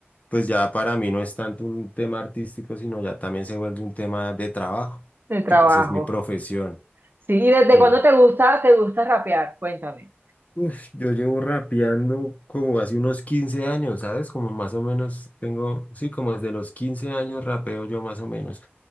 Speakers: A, on the left (about 35°); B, on the right (about 55°).
A: pues ya para mí no es tanto un tema artístico, sino ya también se vuelve un tema de trabajo,
B: El trabajo.
A: que pues es mi profesión.
B: Sí, ¿y desde
A: sí.
B: cuándo te gusta, te gusta rapear? Cuéntame.
A: Uf, yo llevo rapeando como hace unos 15 años, ¿sabes? Como más o menos tengo, sí, como desde los 15 años rapeo yo más o menos.